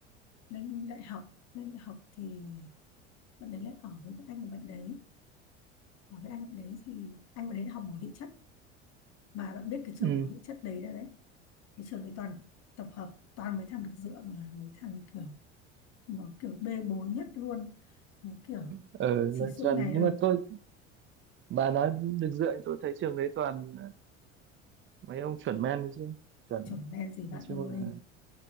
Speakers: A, on the left; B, on the right.
A: lên đại học lên đại học thì bạn đấy lại ở với các anh của bạn đấy Ở với anh bạn đấy thì anh bạn đấy học mỏ địa chất mà bạn biết cái trường
B: ừ
A: mỏ địa chất đấy đấy, đấy. cái trường đấy toàn tập hợp toàn mấy thằng được dựa mà mấy thằng kiểu nó kiểu bê bối nhất luôn nó kiểu
B: ờ
A: chỉ
B: mà
A: suốt
B: toàn
A: ngày
B: nhưng
A: nó
B: mà tôi bà nói được dựa tôi thấy trường đấy toàn mấy ông chuẩn men đấy chứ chuẩn
A: chuẩn men gì bạn
B: nói chung
A: ơi
B: là